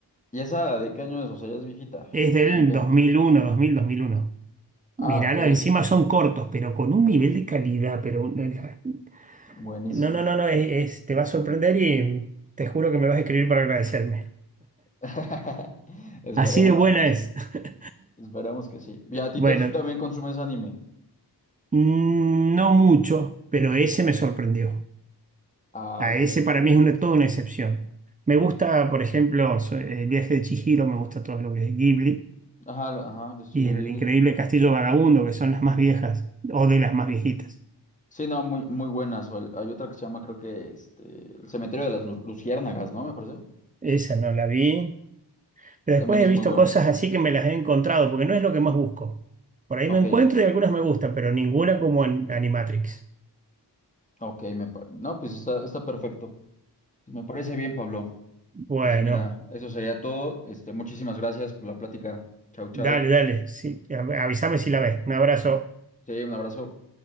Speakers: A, on the left (about 20°); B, on the right (about 20°).
A: ¿Y esa de qué año es? O sea, ya es viejita.
B: Es del
A: También.
B: dos dos mil mil uno, dos mil dos mil uno.
A: Ah,
B: Mirá,
A: ok.
B: encima son cortos, pero con un nivel de calidad. Pero una- la-
A: Buenísimo.
B: no, no, no, no, es- es- te va a sorprender y te juro que me vas a escribir para agradecerme.
A: <laughs> Esperemos
B: Así de buena
A: que sí.
B: es. <laughs>
A: Esperemos que sí. ¿Y a ti
B: Bueno,
A: entonces tú también consumes anime?
B: mm, no mucho, pero ese me sorprendió.
A: Ah,
B: A
A: ok,
B: ese para
A: perfecto.
B: mí es una, toda una excepción. Me gusta, por ejemplo, so- eh, El viaje de Chihiro, me gusta todo lo que es Ghibli.
A: Ajá, lo- ajá, de Estudio
B: y el
A: Ghibli.
B: increíble Castillo Vagabundo, que son las más viejas o de las más viejitas.
A: Sí, no, muy, muy buenas. O el- Hay otra que se llama, creo que, este, El Cementerio de las Nu- Luciérnagas, ¿no? Me parece.
B: Esa no la vi. Pero
A: También
B: después
A: es
B: he visto
A: muy buena.
B: cosas así que me las he encontrado, porque no es lo que más busco. Por ahí
A: Ok,
B: me encuentro y algunas me gustan, pero ninguna como en Animatrix.
A: ok, me pa- No, pues está, está perfecto. Pues me parece bien, Pablo.
B: Bueno,
A: Pues mira, eso sería todo. Este, muchísimas gracias por la plática. Chau, chau.
B: dale, dale. Sí, a- avísame si la ves. Un abrazo.
A: Sí, un abrazo.